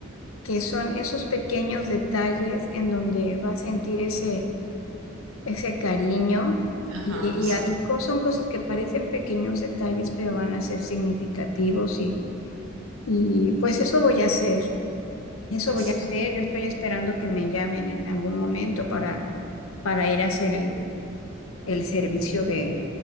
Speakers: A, on the left (about 80°); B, on the right (about 80°).
A: que son esos pequeños detalles en donde va a sentir ese, ese cariño
B: Ajá,
A: y, y,
B: sí,
A: a- y co- son cosas que parecen pequeños detalles, pero van a ser significativos y, y pues eso voy a hacer. Eso
B: pues
A: voy
B: sí.
A: a hacer. Yo estoy esperando que me llamen en algún momento para, para ir a hacer el, el servicio de,